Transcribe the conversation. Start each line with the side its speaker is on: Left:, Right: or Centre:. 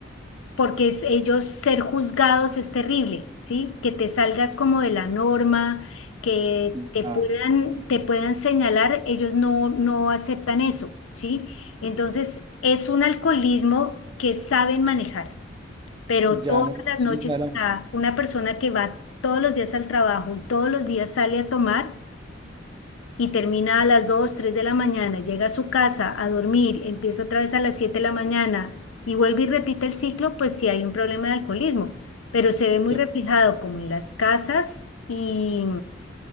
Left: porque es- ellos ser juzgados es terrible, ¿sí? Que te salgas como de la norma, que
Right: Ya,
Left: te puedan, te puedan señalar, ellos no, no aceptan eso, ¿sí? Entonces, es un alcoholismo que saben manejar, pero todas
Right: ya no
Left: las
Right: se
Left: noches,
Right: les va de la
Left: o
Right: mano.
Left: sea, una persona que va todos los días al trabajo y todos los días sale a tomar, y termina a las 2 3 de la mañana, llega a su casa a dormir, empieza otra vez a las 7 de la mañana y vuelve y repite el ciclo, pues sí hay un problema de alcoholismo, pero se ve muy
Right: Claro.
Left: reflejado como en las casas y,